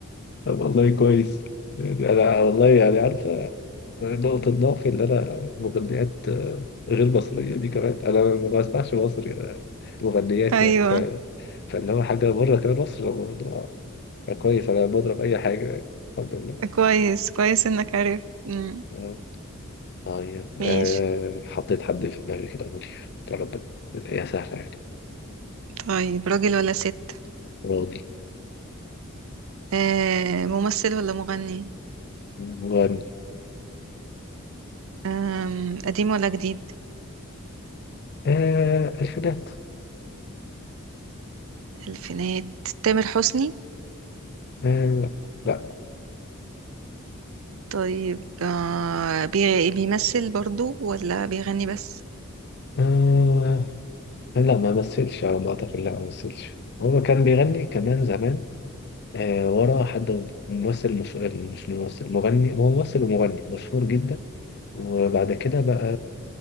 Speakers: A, on the left; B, on the right.
A: طب والله كويس يعني انا والله يعني عارفه نقطة ضعفي اللي أنا مغنيات آه، غير مصرية دي كمان أنا ما بسمعش مصري آه، مغنيات
B: ايوه
A: يعني ف... فاللي هو حاجة بره كمان مصر الموضوع فكويس أنا بضرب أي حاجة يعني. الحمد لله
B: كويس كويس انك عرفت مم.
A: آه، طيب
B: ماشي
A: آه، حطيت حد في دماغي كده قولي يا رب هي سهلة يعني
B: طيب راجل ولا ست
A: راضي
B: آه ممثل ولا مغني
A: مغني
B: آم، قديم ولا جديد
A: آه، الفينات
B: الفينات تامر حسني
A: آه، لا
B: طيب آه بي- بيمثل برضو ولا بيغني بس
A: آه، لا ما مثلش على ما أعتقد لا ما مثلش هو كان بيغني كمان زمان آه، ورا حد ممثل مش مش ممثل مغني هو ممثل ومغني مشهور جدا وبعد كده بقى